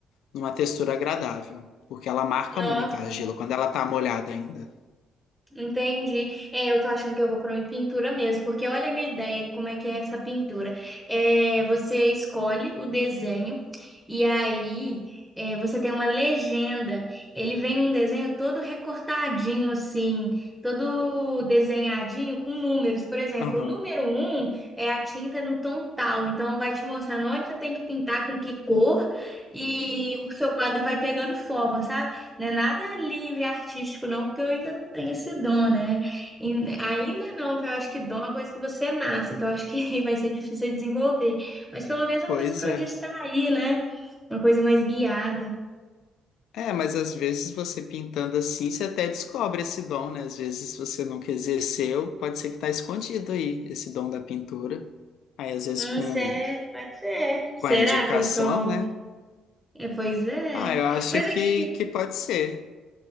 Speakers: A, on the left; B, in the centre.
A: numa textura agradável, porque ela marca
B: Nossa.
A: muito a argila quando ela tá molhada ainda.
B: Entendi. É, eu tô achando que eu vou para uma pintura mesmo, porque olha a minha ideia, como é que é essa pintura. É, você escolhe o desenho e aí é, você tem uma legenda. Ele vem um desenho todo recortadinho assim, todo desenhadinho com números. Por exemplo,
A: Aham,
B: o número um é a tinta no tom tal, então vai te mostrando onde você tem que pintar, com que cor e o seu quadro vai pegando forma, sabe? Não é nada livre, artístico, não, porque eu ainda não tenho esse dom, né? E ainda não, que eu acho que dom é uma coisa que você nasce, então eu acho que <laughs> vai ser difícil de desenvolver. Mas pelo menos é
A: Pois
B: uma coisa para
A: é.
B: eu distrair, né? Uma coisa mais guiada.
A: É, mas às vezes você pintando assim, você até descobre esse dom, né? Às vezes você nunca exerceu, pode ser que tá escondido aí, esse dom da pintura. Aí às vezes
B: Hum,
A: com,
B: cê... Pode ser.
A: com
B: Será
A: a indicação,
B: que eu sou.
A: né?
B: É, pois é.
A: Ah, eu acho
B: Mas aqui.
A: que, que pode ser.